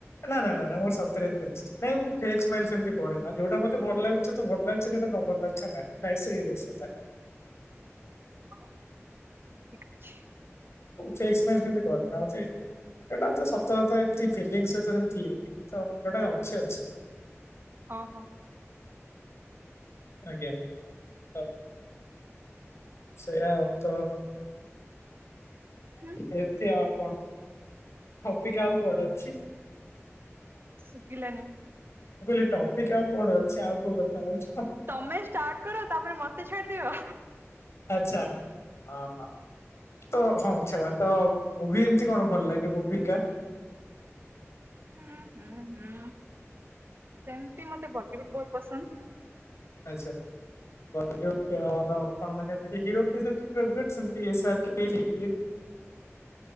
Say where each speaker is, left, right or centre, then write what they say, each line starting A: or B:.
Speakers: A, on the left; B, on the right.
A: ନା ନା ନା ନା ମୋର ସତରେ ଏମତି ହସୁଛି ନାଇ ମୁଁ ଫେକ୍ ସ୍ମାଇଲ୍ ସେମତି କରେ ନା ଯୋଉଟା ମୋ ତେ ଭଲ ଲାଗୁଛି ତ ଭଲ ଲାଗୁଛି କୋଟା ନ ଭଲ ଲାଗୁଛ ତ ନାଇଁ <unintelligible>
B: ହ ଠିକ୍ ଅଛି।
A: ଫିକ୍ସି ମାରିଚନ୍ତି ଘରେ ନା ହଉଛି ସେଟା ତ ସତ ସତ ଏମିତି ଫିଲିଙ୍ଗସ୍‌ ସହିତ ସେମତି ଇଏ ନାହିଁ। ତ ଯୋଉଟା ଅଛି ଅଛି।
B: ଓହୋ
A: ଆଜ୍ଞା ତ ସେଇୟା ଆଉ ତ
B: ହୁଁ
A: ଏମତି ଆଉ କଣ ପ୍ରତିଜ୍ଞା ଆଉ କଣ ଅଛି?
B: ସୁଗିଲାନ।
A: ମୁଁ କହିଲି ଟପିକ୍ ଆଉ କଣ ଅଛି ଆଉ କୋଉ କଥା କହୁଛ?
B: ତମେ ଷ୍ଟାର୍ଟ କର ତାପରେ ମତେ ଛାଡିଦିଅ।
A: ଆଛା ହଁ ତ ହଁ ଛଡା ତ ମୁଭି ଏମିତି କଣ ଭଲ ଲାଗେ ମୁଭି ଗା
B: ହୁଁ ହୁଁ ହୁଁ ସେମତି ମତେ ବଲିଉଡ ବହୁତ ପସନ୍ଦ।
A: ଆଚ୍ଛା। ବଲିଉଡ କଣ କଣ ମାନେ ଏମିତି ହିରୋ କିଏ ସେମିତି ଫେବରେଟ୍ ସେମିତି ଏସ୍ ଆର୍। <unintelligible>